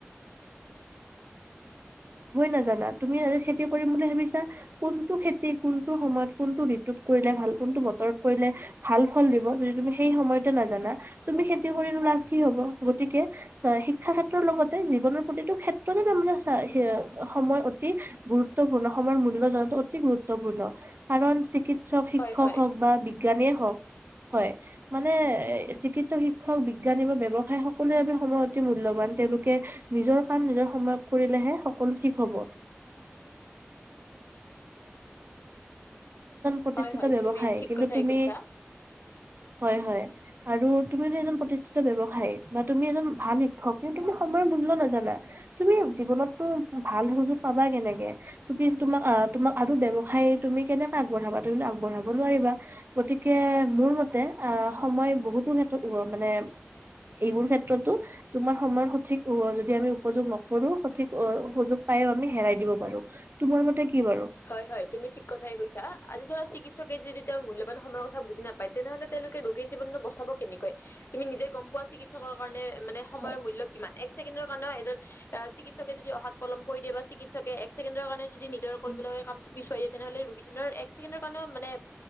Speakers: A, on the right; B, on the left.
A: নাজানা তুমি। অহ খেতি কৰিম বুলি ভাবিছা। কোনটো খেতি কোনটো সময়ত কোনটো ঋতুত কৰিলে ভাল কোনটো বতৰত কৰিলে ভাল ফল দিব যদি। সেই সময়তো নাজানা তুমি খেতি কৰিলো লাভ কি হব গতিকে শিক্ষা ক্ষেত্ৰৰ লগতে জীৱনৰ প্ৰতিটো ক্ষেত্ৰত। তাৰ মানে চ স সময় অতি গুৰুত্বপূৰ্ণ সময়ৰ মূল্য জটো অতি গুৰুত্বপূৰ্ণ। কাৰণ চিকিৎসক শিক্ষক
B: হয় হয়
A: হওক বা বিজ্ঞানীয়ে হওক হয় মানে চিকিৎসক শিক্ষক বিজ্ঞানী ব্যৱসায় সকলোৰে বাবে সময় অতি মূল্যবান তেওঁলোকে নিজৰ কাম নিজৰ সময় কৰিলেহে সকলো ঠিক হব প্ৰতিষ্ঠিত
B: হয় হয়
A: ব্যৱসায়ী
B: তুমি ঠিক
A: কিন্তু
B: কথাই
A: তুমি
B: কৈছা।
A: হয় হয় তুমিতো এজন প্ৰতিষ্ঠিত ব্যয়ৱসায়ী বা তুমি এজন ভাল শিক্ষক কিন্তু তুমি সময়ৰ মূল্য নাজানা তুমি জীৱনততো ভাল সুযোগ পাবা কেনেকে তুমি তোমাক তোমাক আৰু ব্যৱসায় তুমি কেনে। আগবঢ়াবা তুমি টো আগবঢ়াব নোৱাৰিবা গতিকে মোৰ মতে অ' সময় বহুতো ক্ষেত্ৰ মানে। এইবোৰ ক্ষেত্ৰতো তোমাৰ সময়ৰ সঠিক যদি আমি উপযোগ নকৰো সঠিক সযোগ পায়ো আমি হেৰাই দিব পাৰো তোমাৰ মতে কি বাৰু
B: হয় হয় তুমি ঠিক কথাই কৈছা আজি ধৰা চিকিৎসকে যদি তেওঁৰ মূল্য। সময়ৰ কথা বুজি নাপায় তেনেহলে তেওঁলোকে ৰোগীৰ জীৱনো বচাব কেনেকৈ তুমি নিজে গম পোৱা চিকিৎসকৰ কাৰণে। মানে সময়ৰ
A: হয়
B: মূল্য কিমান এক ছেকেণ্ডৰ কাৰণও এজন চিকিৎসকে যদি অহাত পলম কৰি দিয় বা চিকিৎসকে এক ছেণ্ডৰ কাৰণে যদি নিজৰ কৰিবলগ
A: উম
B: কামটো পিছুৱাই দিয়ে তেনেহলে ৰোগীজনৰ এক ছেকেণ্ডৰ কাৰণেও মানে